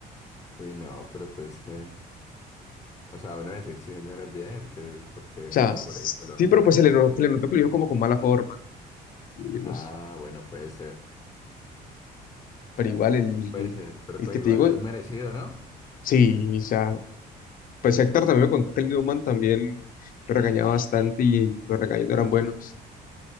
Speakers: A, on the left; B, on the left.
A: Uy, no, pero pues que... O sea, bueno, decir sí, señores, bien, que porque
B: sea,
A: no
B: sí,
A: por eso el hombre.
B: pero pues se le notó, se le notó que lo dijo como con mala forma. y algo
A: Ah,
B: así.
A: bueno, puede ser.
B: Pero igual, el,
A: Puede ser, pero
B: el
A: pues
B: que
A: igual
B: te digo,
A: es merecido, ¿no?
B: sí, o sea, pues Héctor también me contó que el mismo man también lo regañaba bastante y los regaños no eran buenos.